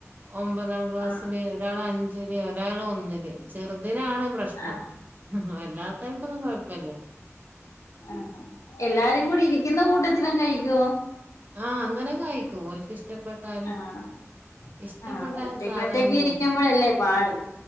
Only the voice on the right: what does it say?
ഒമ്പതാം ക്ലാസില്
ഒരാള് അഞ്ച് ല് ഒരാള് ഒന്നില് ചെറു അതിനാണ് പ്രശ്നം.
അല്ലാത്താർക്കൊന്നും കൊഴപ്പില്ല.
ആഹ് അങ്ങനൊക്കെ കഴിക്കും ഒൽക്ക് ഇഷ് ഷ്ടപ്പെട്ടാല്
ഇഷ്ടപ്പെട്ട
സാധനങ്ങളോ,